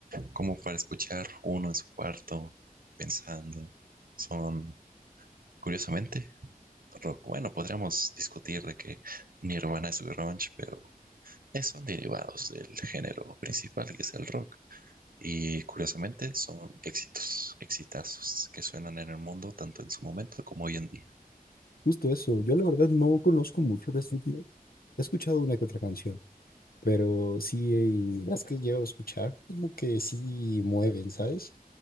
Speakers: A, on the right (about 70°); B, on the left (about 75°).
A: como para escuchar uno en su cuarto pensando. Son, curiosamente, rock. Bueno, podríamos discutir de que Nirvana es grunge, pero eh, son derivados del género principal que es el rock. Y curiosamente son éxitos, exitazos que suenan en el mundo tanto en su momento como hoy en día.
B: Justo eso, yo la verdad no conozco mucho de Slipknot. He escuchado una que otra canción, pero sí, eh, las que llevo a escuchar, como que sí mueven, ¿sabes?